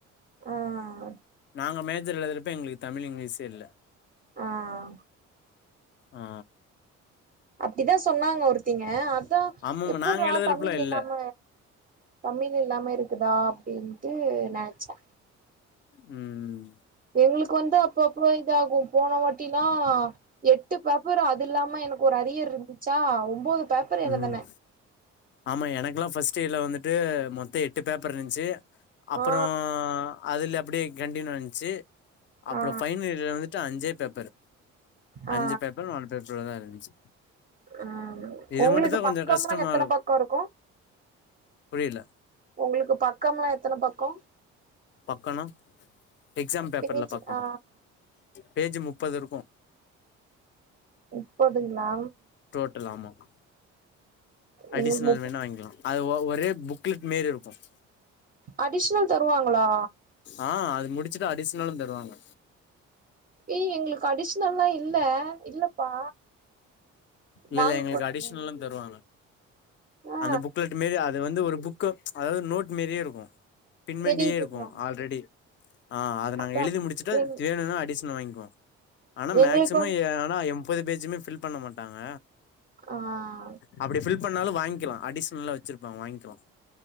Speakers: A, on the right; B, on the left.
A: ஆ ஆ
B: நாங்க மேஜர் எழுதுறப்ப எங்களுக்கு தமிழ் இங்லீசே இல்ல
A: ஆ ஆ
B: ஆ
A: அப்டிதா சொன்னாங்க ஒருத்திங்க அதா
B: ஆமாமா
A: எப்புற்றா
B: நாங்க எழுதுறப்பலாம்
A: தமிழ்
B: இல்ல
A: இல்லாம தமிழ் இல்லாம இருக்குதா அப்டின்ட்டு நெனச்சே
B: ம்
A: எங்களுக்கு வந்து அப்பப்ப இதாகு போன வாட்டினா எட்டு பேப்பர் அது இல்லாம எனக் ஒரு அரியர் இருந்துச்சா ஒம்போது பேப்பர் எழுதுனே
B: ம் ஆமா எனக்கல்லா ஃபர்ஸ்ட் இயர்ல வந்துட்டு மொத்தோ எட்டு பேப்பர் இருந்ச்சு அப்பறோ
A: ஆ
B: அதுல அப்டியே கண்டின் வன்ச்சு அப்பறோ
A: ஆ
B: ஃபைனல் இதுல வந்துட்டு அஞ்சே பேப்பர்
A: ஆ
B: அஞ்சு பேப்பரோ நாலு பேப்பரோதா இருந்துச்சு
A: ஆ
B: இது
A: ஒங்களுக்கு
B: மட்டுந்தா
A: பக்கம்லா
B: கொஞ்சோ கஷ்டமா
A: எத்தன பக்கோ இருக்கு
B: புரியலா
A: ஒங்களுக்கு பக்கம் லா எத்தன பக்கோ
B: பக்கோனா எக்ஸாம் பேப்பர்ல
A: பேஜ்
B: பக்கமா
A: ஆ
B: பேஜ்ஜு முப்பது இருக்கு
A: முப்பதுங்ளா
B: டோட்டல் ஆமாம் அடிஷனல்
A: எங்களுக்கு முப்
B: வேனா வாங்கிகலாம் அது ஒ ஒரே புக்லெட் மேரி இருக்கும்
A: அடிஷனல் தருவாங்களா
B: ஆ அது முடிச்சுட்டு அடிஷனலும் தருவாங்க
A: ஏய் எங்களுக்கு அடிஷனல்லாம் இல்ல இல்லப்பா
B: இல்லல்ல
A: வாங்க
B: எங்களுக்கு
A: கூடாது
B: அடிஷனல்லாம் தருவாங்க
A: ஆ
B: அந்த புக்லட்டு மேரி அது வந்து ஒரு புக் அதாவது நோட் மேரியே இருக்கும் பின்பண்டியே
A: தெரியு தெரியு
B: இருக்கும் ஆல்ரெடி ஆ அத
A: அதா
B: நாங்க எழுதி முடிச்சுட்டு
A: எங்
B: வேணும்னா அடிஷனல் வாங்கிக்குவோம் ஆனா
A: எங்களுக்கு
B: மேக்சிமம்
A: வந்து
B: ஆனா எண்பது பேஜ்மே ஃபில் பண்ண மாட்டாங்க
A: ஆ
B: அப்படி ஃபில் பண்ணாலும் வாங்கிக்கலாம் அடிஷனல்லா வச்சிருப்பாங்க வாங்கிக்கலாம்